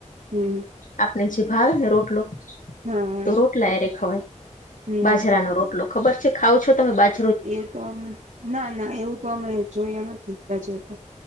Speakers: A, on the right; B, on the left.
A: હમ,
B: આપણે જે ભાવે ને રોટલો,
A: હા
B: તો રોટલા હારે ખવાય.
A: હમ
B: બાજરાનો રોટલો ખબર છે? ખાવ છો તમે બાજ
A: એવું તોમ ના ના એવું તો અમે જોયા નથી. બાજરાનો